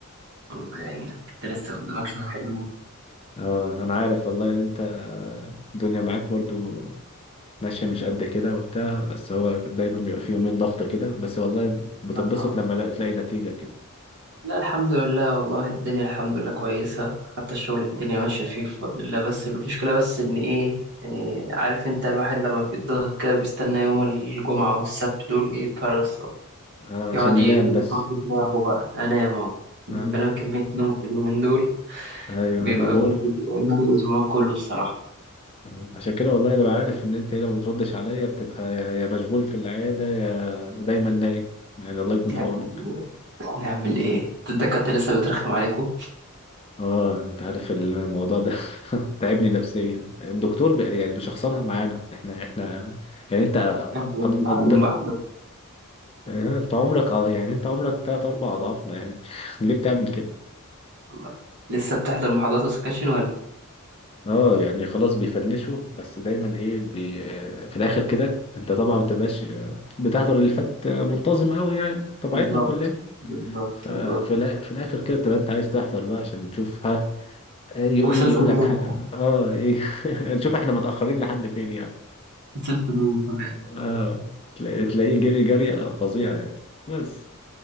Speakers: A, on the right (about 50°); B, on the left (about 25°).
A: الله يعينك انت لسه قدامك شوية حلوين
B: اه انا عارف والله ان انت الدنيا معاك برضو ماشية مش قد كده وبتاع بس هو دايما بيبقى فيه يومين ضغطة كده بس والله بتتبسط
A: آه.
B: لما لا- تلاقي نتيجة كده
A: لا الحمد لله والله الدنيا الحمد لله كويسة حتى الشغل الدنيا ماشية فيه بفضل الله بس المشكلة بس إن إيه, إيه عارف أنت الواحد لما بيتضغط كده بيستنى يوم الجمعة والسبت دول إيه بفارغ الصبر
B: آه،
A: يقعد
B: عشان ينام
A: يفضي
B: بس
A: دماغه بقى أنام أه بنام
B: آه.
A: كمية نوم في اليومين دول
B: ايوه
A: بيبقى
B: انا بقول
A: بس بيبقى يوم الأسبوع كله الصراحة
B: آه. عشان كده والله انا عارف ان انت هنا ما بتردش عليا بتبقى يا يا مشغول في العياده يا دايما نايم يعني الله يكون
A: نعمل
B: في عونك
A: إيه؟ نعمل إيه؟ الدكاترة لسه بترخم عليكم؟
B: اه انت عارف الموضوع ده <laughs> تعبني نفسيا الدكتور بي- يعني مشخصنها معانا احنا احنا يعني انت
A: بنعمل
B: أض...
A: عليهم
B: أض...
A: بقى
B: آه، انت عمرك آه، يعني انت عمرك تلات اربع اضعافنا يعني <laughs> ليه بتعمل كده
A: الله لسه بتحضر محاضرات وسكاشن ولا
B: اه يعني خلاص بيفنشوا بس دايما ايه بي آه، في الاخر كده انت طبعا ما بتبقاش آه، بتحضر اللي فات آه، منتظم قوي يعني طبيعتنا
A: بالظبط
B: كلنا
A: بالظبط
B: ففي
A: بالظبط
B: الآ- في الاخر كده تبقى انت عايز تحضر بقى عشان تشوف ها آه، يجي
A: وصلت
B: يقول
A: ليه
B: لك حاجه اه يجي <laughs> نشوف احنا متاخرين لحد فين يعني
A: وصلت ليه كمان
B: اه تلاقي- تلاقيه جري جري آه، فظيع يعني بس